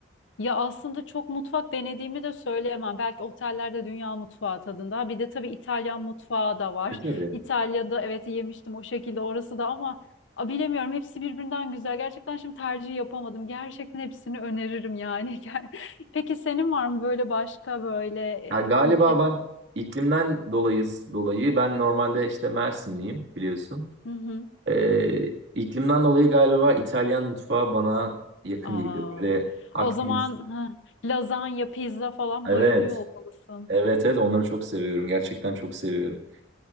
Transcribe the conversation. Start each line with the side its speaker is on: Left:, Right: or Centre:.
Left: Ya aslında çok mutfak denediğimi de söyleyemem. Belki otellerde dünya mutfağı tadında. Bir de tabii İtalyan mutfağı da var.
Right: E, tabii.
Left: İtalya'da evet yemiştim o şekilde orası da ama a, bilemiyorum hepsi birbirinden güzel. Gerçekten şimdi tercih yapamadım. Gerçekten hepsini öneririm yani. <laughs> Ger- Peki senin var mı böyle başka böyle e,
Right: Ha, galiba
Left: ülkede?
Right: ben iklimden dolayız dolayı ben normalde işte Mersinliyim biliyorsun.
Left: Hı hı.
Right: Ee, iklimden dolayı galiba İtalyan mutfağı bana yakın
Left: Aa,
Right: geliyor. Böyle Akdeniz.
Left: o zaman ha, lazanya, pizza falan
Right: Evet.
Left: bayılıyor olmalısın.
Right: Evet evet onları çok seviyorum. Gerçekten çok seviyorum.